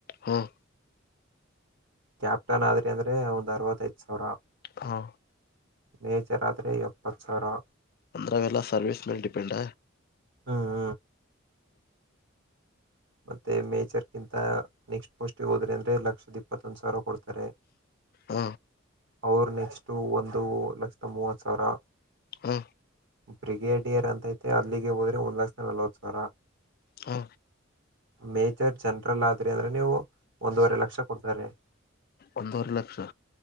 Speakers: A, on the left; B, on the right.
A: ಹ್ಮ್
B: ಕ್ಯಾಪ್ಟನ್ ಆದ್ರಿ ಅಂದರೆ ಒಂದು ಅರವತ್ತೈದು ಸಾವಿರಾ
A: ಹಾ
B: ಮೇಜರ್ ಆದರೆ ಎಪ್ಪತ್ತ ಸಾವಿರಾ
A: ಅಂದ್ರ ಅವೆಲ್ಲ ಸರ್ವಿಸ್ ಮೇಲ ಡಿಪೆಂಡ್
B: ಹಾ ಮತ್ತೆ ಮೇಜರ್ ಗಿಂತ ನೆಕ್ಸ್ಟ್ ಪೋಸ್ಟ್ ಗೆ ಹೋದ್ರೆ ಅಂದ್ರೆ ಲಕ್ಷದ ಇಪ್ಪತ್ತೊಂದು ಸಾವಿರ ಕೊಡ್ತಾರೆ.
A: ಹ
B: ಅವರು ನೆಕ್ಸ್ಟು ಒಂದು ಲಕ್ಷದ ಮೂವತ್ತು ಸಾವಿರಾ
A: ಹಾ
B: ಬ್ರಿಗೇಡಿಯರ್ ಅಂತೈತೆ ಅಲ್ಲಿಗೆ ಹೋದ್ರೆ ಒಂದ್ ಲಕ್ಷ ನಲ್ವತ್ ಸಾವಿರಾ
A: ಹಾ
B: ಮೇಜರ್ ಜನರಲ್ ಆದ್ರಿ ಅಂದ್ರೆ ನೀವು ಒಂದೂವರೆ ಲಕ್ಷ ಕೊಡ್ತಾರೆ.
A: ಒಂದುವರೆ ಲಕ್ಷಾ